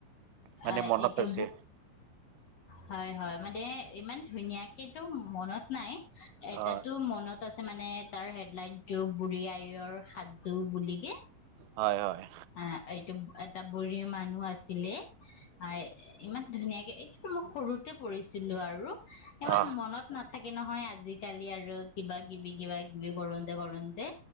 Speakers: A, on the right (about 80°); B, on the left (about 65°).
A: মানে
B: আহ
A: মনত
B: এইটো
A: আছে
B: হয় হয়। মানে ইমান ধুনীয়াকেতো মনত নাই। এটাতো
A: অ
B: মনত আছে মানে তাৰ হেডলাইন টো বুঢ়ী আয়ৰ সাধু বুলি কে
A: হয়-হয়।
B: অ' এইটো এটা বুঢ়ী মানুহ আছিলে হয় ইমান ধুনীয়াকে এইটোতো মই সৰুতে পঢ়িছিলো আৰু ইমান
A: অ
B: মনত নাথাকে। থাকে নহয় আজিকালি আৰু কিবা-কিবি, কিবা- কিবি বুৰঞ্জী কৰন্তে কৰন্তে